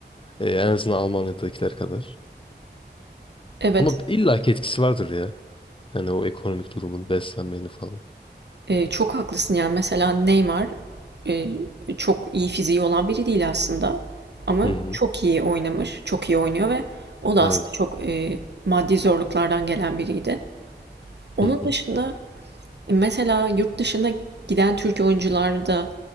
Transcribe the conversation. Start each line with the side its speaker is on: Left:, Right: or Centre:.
Left: E, en azından Almanya'dakiler kadar.
Right: Evet,
Left: Ama illaki etkisi vardır ya. Hani o ekonomik durumun, beslenmeni falan.
Right: e, çok haklısın yani. Mesela Neymar e, çok iyi fiziği olan biri değil aslında. Ama
Left: Hı hı.
Right: çok iyi oynamış, çok iyi oynuyor ve o da
Left: Evet.
Right: aslında çok e, maddi zorluklardan gelen biriydi. Onun
Left: Hı hı.
Right: dışında mesela yurt dışına giden Türk oyuncular da